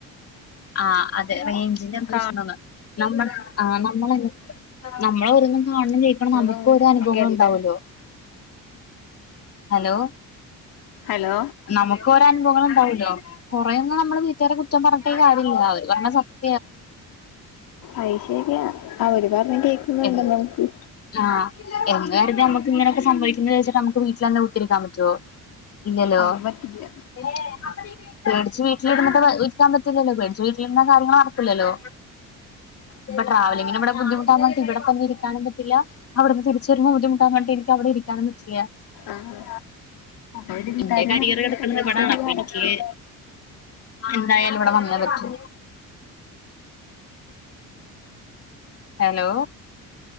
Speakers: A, on the left; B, on the left.
A: ആ അതെ റേഞ്ച്ന്റെ എന്തോ
B: കാണ
A: ഇഷ്യൂന്ന് നമ്മൾ ആഹ് നമ്മള് എങ്ങൻ നമ്മള് ഒതുങ്ങ്ന്ന ആളിന് ജയിക്കണം
B: ന്നതും
A: നമുക മുക്ക് അനുഭവങ്ങൾ
B: ഒക്കെയല്ലേ
A: ഇണ്ടാവോല്ലോ ഹലോ
B: ഹലോ
A: നമക്ക് ഓരോ അനുഭവങ്ങൾ തവിലോ കൊറേങ്ങ് നമ്മള് വീട്ടുകാരെ കുറ്റം പറഞ്ഞിട്ട് കാര്യ <unintelligible> വരണ സമയ
B: ആയി ശരിയാ അവര് പറ കേക്കുന്നുണ്ടോ
A: എന്ത്
B: നോക്ക്
A: ആഹ് എന്ന് കരുതി നമ്മുക്ക് ഇങ്ങനൊക്കെ സംഭവിക്കുമെന്നു വിചാരിച്ച് നമുക്ക് വീട്ടിലന്നെ കുത്തിയിരിക്കാൻ പറ്റുവോ ല്ലല്ലോ
B: അതും പറ്റില്ല
A: മ് ജ് വീട്ടില് ഇരുന്നിട്ട് ഇരിക്കാൻ പറ്റില്ലല്ലോ പേടിച്ചു വീട്ടിലിരുന്നാൽ കാര്യങ്ങൾ നടക്കുല്ലല്ലോ ഇപ്പൊ ട്രാവലിങ്ങിന് ഇവിടെ ബുദ്ധിമുട്ടാ ഇവിടെ തന്നെ ഇരിക്കാനും പറ്റില്ല അവിടുന്ന് തിരിച് വരുമ്പോ ബുദ്ധിമുട്ടാണ് ന്ന് വച്ച് എനിക്ക് അവിടെ ഇരിക്കാനും പറ്റില്ല
B: ആഹ് അവര് വീട്ടാര്
A: എന്റെ കരിയർ
B: പറഞ്ഞ
A: കടുക്കണത്
B: ശരി
A: ഇവിടാണ് അപ്പൊ
B: അടക്കം
A: എനിക്ക് എന്തായാലും ഇവിടെ വന്നേ പറ്റൂ ഹലോ